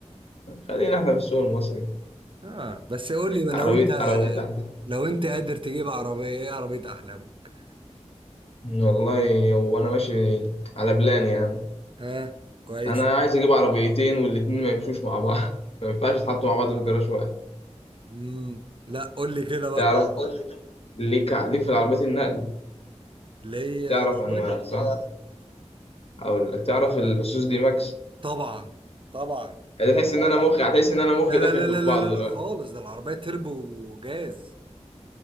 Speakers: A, on the left (about 55°); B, on the right (about 45°).
A: خلينا احنا في السوق المصري
B: اه بس قول لي بقى،
A: عربية
B: لو انت
A: عربية احلى
B: لو انت قادر تجيب عربيه ايه عربيه احلامك
A: والله وأنا ماشي على بلان يعني
B: ها كويس
A: أنا عايز أجيب عربيتين والاتنين ما يمشوش مع بعض <laughs> ما ينفعش يتحطوا مع بعض في جراج واحد
B: امم لا قول لي كده بقى
A: تعرف ليك ليك في العربيات النقل
B: اللي هي
A: تعرف
B: شويه
A: أنواع صح؟ هقول لك تعرف الاصوص دي ماكس
B: طبعا طبعا
A: هتحس ان انا مخي هتحس ان انا مخي
B: لا
A: داخل
B: لا لا
A: في
B: لا لا
A: بعضه
B: لا
A: دلوقتي
B: لا خالص ده العربيه تربو وجاز